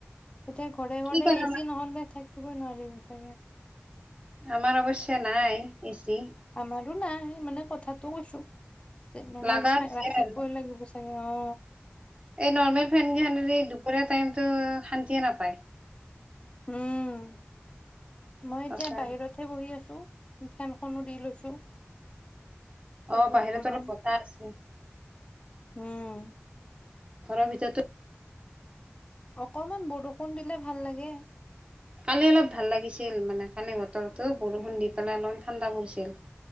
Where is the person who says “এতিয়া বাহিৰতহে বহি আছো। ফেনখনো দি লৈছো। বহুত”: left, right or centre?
Left